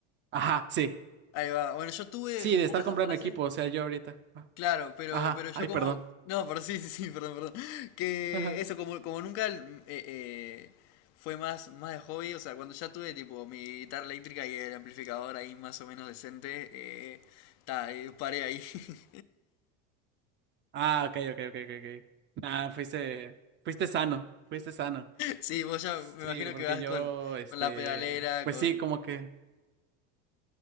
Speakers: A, on the right (about 35°); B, on the left (about 50°).
A: Ajá, sí,
B: Ahí va. Bueno, yo tuve
A: sí,
B: un
A: de
B: poco
A: estar
B: esa
A: comprando
B: fase,
A: equipo, o sea, yo ahorita. Ah,
B: Claro, pero,
A: Ajá,
B: pero yo
A: ay,
B: como...
A: perdón.
B: No, pero sí, sí, sí, perdón, perdón. Que
A: <laughs> Ajá.
B: eso, como, como nunca mm, eh, eh, fue más, más de hobby, o sea, cuando ya tuve tipo mi guitarra eléctrica y el amplificador ahí más o menos decente, eh, ta, eh, paré ahí. <laughs>
A: Ah, ok, ok, ok, ok, ok. Nah, fuiste, fuiste sano, fuiste sano.
B: Sí, vos
A: Sí,
B: ya me imagino
A: porque
B: que vas
A: yo,
B: con,
A: este,
B: con la pedalera,
A: pues
B: con...
A: sí, como que...